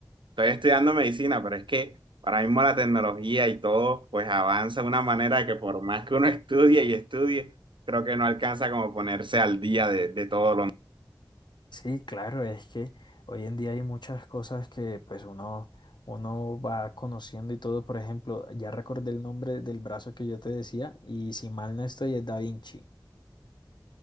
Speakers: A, on the right; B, on the left.
A: estoy estudiando medicina, pero es que ahora mismo la tecnología y todo pues avanza de una manera que por más que uno estudie y estudie, creo que no alcanza como ponerse al día de, de todo lo
B: sí, claro, es que hoy en día hay muchas cosas que pues uno, uno va conociendo y todo, por ejemplo, ya recordé el nombre del brazo que yo te decía y si mal no estoy es Da Vinci.